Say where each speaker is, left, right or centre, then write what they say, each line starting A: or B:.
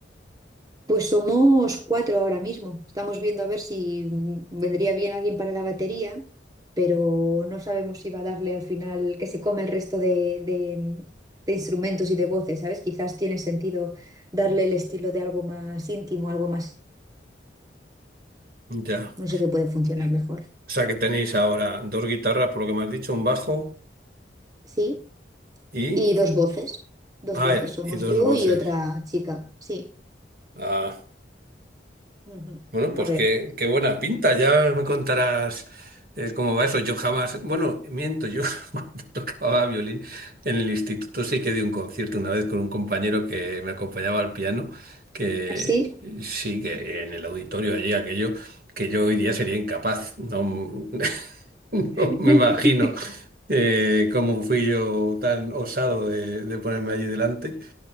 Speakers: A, on the right; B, on the right.
A: Pues somos cuatro ahora mismo. Estamos viendo a ver si mm, vendría bien alguien para la batería, pero no sabemos si va a darle al final que se come el resto de, de- de instrumentos y de voces, ¿sabes? Quizás tiene sentido darle el estilo de algo más íntimo, algo más,
B: Ya.
A: no sé qué puede funcionar mejor.
B: O sea que tenéis ahora dos guitarras, por lo que me has dicho, un bajo
A: Sí,
B: y...
A: y dos voces. Dos
B: Ah,
A: voces somos
B: y dos
A: yo
B: voces.
A: y otra chica. Sí.
B: Ah,
A: Ujú.
B: bueno,
A: A
B: pues
A: ver.
B: qué, qué buena pinta. Ya me contarás eh, cómo va eso. Yo jamás, bueno, miento, yo <laughs> cuando tocaba violín en el instituto sí que di un concierto una vez con un compañero que me acompañaba al piano, que
A: ¿Así?
B: sí que en el auditorio allí aquello que yo hoy día sería incapaz. No, <laughs> no
A: <laughs>
B: me imagino eh, cómo fui yo tan osado de, de ponerme allí delante.